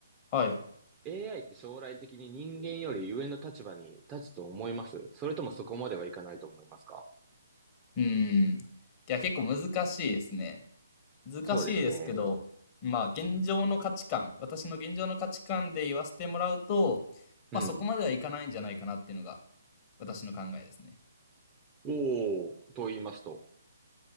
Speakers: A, on the left (about 30°); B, on the right (about 20°).
A: はい。
B: AI って将来的に人間より上の立場に立つと思いますそれともそこまではいかないと思いますか
A: うん。いや、結構難しいですね。難しいですけど、
B: そうですね。
A: まあ現状の価値観、私の現状の価値観で言わせてもらうと、
B: うん。
A: まあそこまではいかないんじゃないかなっていうのが私の考えですね。
B: おー、と言いますと。